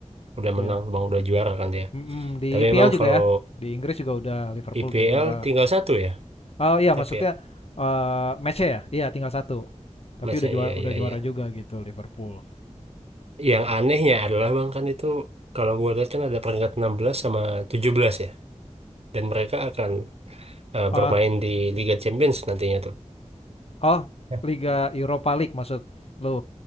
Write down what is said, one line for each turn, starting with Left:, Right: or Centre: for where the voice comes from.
Right: udah
Left: ya.
Right: menang, Bang udah juara kan dia.
Left: Mm-mm, di
Right: Tapi
Left: IPL
Right: memang
Left: juga
Right: kalau
Left: ya. Di Inggris juga udah Liverpool
Right: IPL
Left: udah juara.
Right: tinggal satu ya.
Left: Oh iya, maksudnya
Right: Tapi ya,
Left: eh match ya? Iya, tinggal satu. Tapi
Right: masih
Left: udah juara
Right: iya
Left: udah
Right: iya
Left: juara
Right: iya.
Left: juga gitu Liverpool.
Right: Yang anehnya adalah Bang kan itu kalau gua lihat kan ada peringkat 16 sama 17 ya. Dan mereka akan eh,
Left: Ah,
Right: bermain di Liga Champions nantinya tuh.
Left: Oh,
Right: Ya.
Left: Liga Europa League maksud lu.